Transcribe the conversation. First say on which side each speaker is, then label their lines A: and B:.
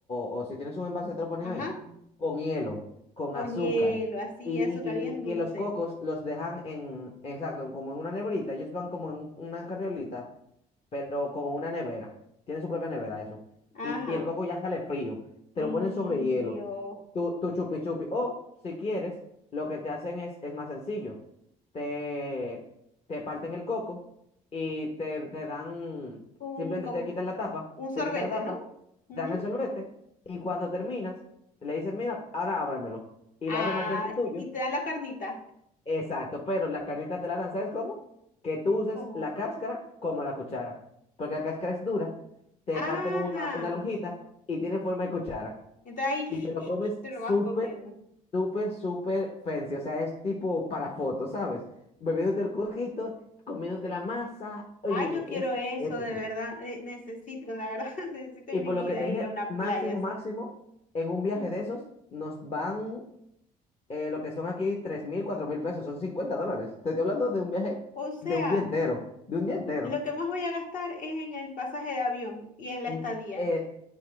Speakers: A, on the left; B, on the left.
A: o, o si tienes un envase te lo ponen
B: ajá
A: ahí con hielo, con
B: Con
A: azúcar
B: hielo, así,
A: y,
B: azúcar
A: y,
B: bien dulce.
A: y, y los cocos los dejan en, exacto, en- como en una nebrita, ellos van como en un- una carriolita pero con una nevera. Tiene su propia nevera eso.
B: Ajá,
A: Y, y el coco ya sale frío. Te
B: frío.
A: lo ponen sobre hielo. Tu, tu chupi chupi. O si quieres, lo que te hacen es, es más sencillo. Te, te parten el coco y te, te dan,
B: Un,
A: simplemente
B: con,
A: te quitan la tapa,
B: un sorbete,
A: te quitan la
B: ¿no?
A: tapa,
B: Ujú.
A: te dan el sorbete y cuando terminas, le dices, mira, ahora ábramelo. Y
B: Ah,
A: lo abren al frente tuyo
B: y te dan la carnita.
A: Exacto, pero la carnita te la dan, ¿sabes cómo? Que tú uses
B: ¿Cómo?
A: la cáscara como la cuchara, porque la cáscara es dura, te
B: Ajá.
A: parten una, una lonjita y tiene forma de cuchara,
B: Entonces ahí
A: y
B: sh-
A: te lo
B: sh-
A: comes
B: sh, te
A: súper,
B: lo vas comiendo.
A: súper, súper fancy, o sea, es tipo para fotos, ¿sabes? Bebiéndote el cojito, comiéndote la masa, óyeme,
B: Ay, yo quiero
A: es
B: eso,
A: épico.
B: de verdad. eh, necesito, la verdad, <laughs> necesito
A: Y
B: en
A: por
B: mi vida
A: lo que te
B: ir
A: dije,
B: a una
A: máximo,
B: playa así.
A: máximo, en un viaje de esos nos van eh, lo que son aquí tres mil, cuatro mil pesos, son 50 dólares. Te estoy hablando de un viaje
B: O sea,
A: de un día entero, de un día entero.
B: lo que más voy a gastar es en el pasaje de avión y en la
A: Mm,
B: estadía.
A: eh,